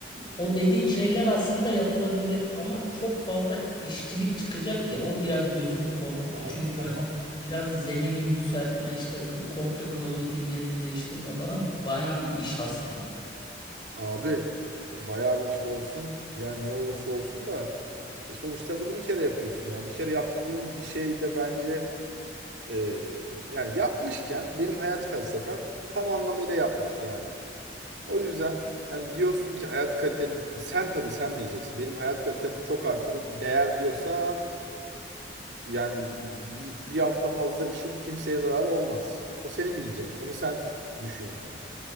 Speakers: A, on the left; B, on the right.
A: o dediğin şeyler aslında yapılabilir ama çok fazla işçilik çıkacak ya o biraz gözümü korkuttu.
B: Abi
A: Çünkü
B: tamam.
A: hani biraz zemini yükseltme işte komple klozetin yerini değiştirme falan bayağı bir iş aslında yani.
B: Abi bayağı bir iş olsun yani ne olursa olsun da e, sonuçta bunu bir kere yapıyorsun ya. Bir kere yaptığın bir şey de bence Ee, yani yapmışken benim hayat felsefem tam anlamıyla yapmak yani. O yüzden yani diyorsun ki hayat kaliteni sen tabii sen bileceksin. Benim hayat kalitem bu çok artırır. Değer diyorsan yani bir, bir hafta fazla işin kimseye zararı olmaz. O senin bileceğin iş. Onu sen düşün yani.